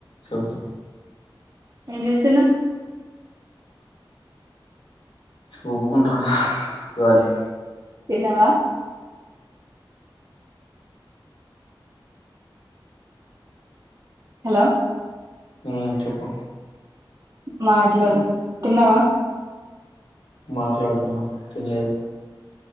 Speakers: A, on the left; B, on the right.
A: చెబ్
B: ఏం చేస్తున్నావ్
A: ఊపుకుంటున్నాను గాలి
B: తిన్నావా హలో
A: ఉమ్ చెప్పు
B: మాట్లాడు తిన్నావా
A: మాట్లాడుతున్నా తినలేదు